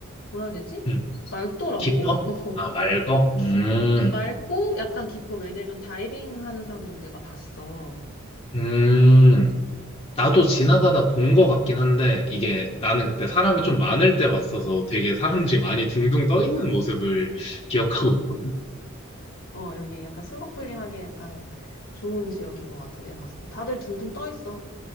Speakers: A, on the left; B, on the left.
A: 뭐라 해야 되지?
B: 음.
A: 맑더라고.
B: 깊어?
A: <laughs>
B: 아, 맑어? 음,
A: 깊, 맑고 약간 깊어. 왜냐면 다이빙 하는 사람들도 내가 봤어.
B: 음.
A: 음,
B: 나도
A: 음.
B: 지나가다 본 것 같긴 한데 이게 나는 그때 사람이 좀 많을 때 봤어서 되게 사람들이 많이 둥둥 떠 있는 모습을 기억하고 있거든.
A: 어, 여기 약간 스노클링하기 약간 좋은 지역인 것 같아. 내가 봤을 때. 다들 둥둥 떠 있어.